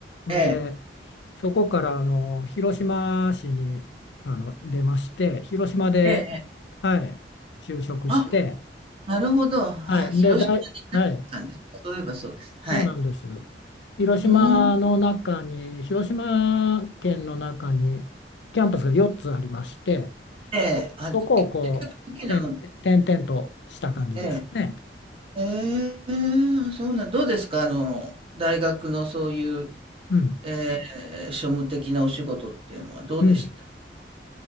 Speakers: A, on the right; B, on the left.
A: ええ、
B: んで、そこからあの広島市にあの出まして、広島で、
A: ええ、ええ
B: はい、就職して、
A: あ、なるほど。あ、
B: はい、
A: 広島に行ったんです。
B: で、大、はい、
A: そういえばそうです。はい。
B: そうなんです。広島の中に、
A: うん。
B: 広島県の中にキャンパスが4つありまして、
A: ええ、
B: そそこをこう、
A: あ、結構大きな、
B: 点々点々とした感じですね。
A: ええ、ええ、そうなん、どうですか、あの、大学のそういう、
B: うん。
A: ええ、庶務的なお仕事っていうのはどうでした？
B: うん。